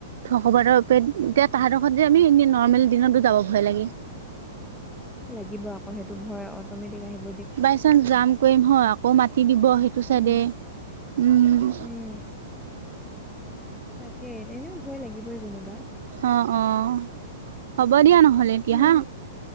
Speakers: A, on the right (about 70°); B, in the centre.
A: থঢকবাৰৰ পে এতিয়া তাহতৰ ঘৰত যে আমি এনে নৰ্মেল দিনতো যাব ভয় লাগে।
B: লাগিব আকৌ সেইটো ভয় অটমেটিক আহিল।
A: বাই চান্স যাম কৰিম হ আকৌ মাতি দিব সেইটো চাইডে
B: উম
A: উম।
B: উম তাকে এনেও ভয় লাগিবই যেনিবা।
A: অ', অ', হ'ব দিয়া নহ'লে এতিয়া
B: উম
A: হা।